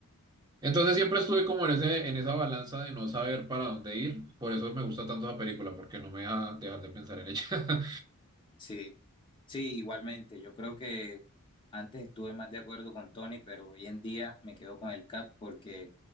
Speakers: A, on the right; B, on the left.
A: Entonces siempre estuve como en ese, en esa balanza de no saber para dónde ir. Por eso me gusta tanto esa película, porque no me deja dejar de pensar en ella. <laughs>
B: sí. Sí, igualmente. Yo creo que antes estuve más de acuerdo con Tony, pero hoy en día me quedo con el Cap porque